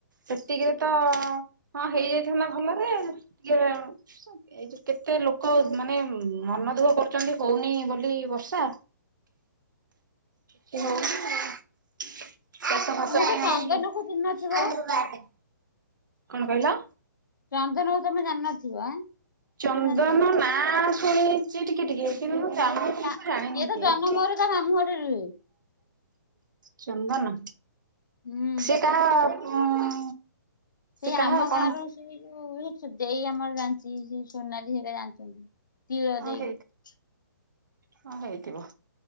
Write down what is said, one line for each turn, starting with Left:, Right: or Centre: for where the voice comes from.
Right: ସେତିକିରେ ତ ହଁ ହେଇଯାଇଥାନ୍ତା ଭଲରେ ଟିକେ ଏ ଯୋଉ କେତେ ଲୋକ ମାନେ ମନ ଦୁଃଖ କରୁଚନ୍ତି। ହଉନି ବୋଲ ଲି ବର୍ଷା। କିଛି ହଉନି ଏ ଚାଷ ଫାସ
Left: ତମେ
Right: <unintelligible>
Left: ତ ଚନ୍ଦନକୁ ଚିହ୍ନିନଥିବ
Right: କଣ କହିଲ?
Left: ଚନ୍ଦନକୁ ତୋମେ ଜାଣିନଥିବ? ଆଁ,
Right: ଚନ୍ଦନ
Left: ନା ଜାଣିଚ?
Right: ନାଁ ଶୁଣିଛି ଟିକେ ଟିକେ କିନ୍ତୁ ମୁଁ
Left: ସା-ସିଏ
Right: ଜାଣିନି
Left: ତ
Right: ଯେ
Left: ଜନମରୁ
Right: ଏଠି
Left: ତା ମାମୁଁଘରେ ରୁହେ।
Right: ଚନ୍ଦନ
Left: ହୁଁ।
Right: ସେ କା ଉଁ, ସେ
Left: ସେଇ
Right: କାହା
Left: ଆମ
Right: କଣ
Left: ଗାଁର ସେଇ ଯୋଉ ଦେଇ ଆମର ଜାଣିଚି। ସେଇ ସୋନାଲି ହେକା ଜାଣିଚନ୍ତି। ତିଆ
Right: ହଁ
Left: ଦେଇକି।
Right: ହେଇ ହଁ ହେଇଥିବ।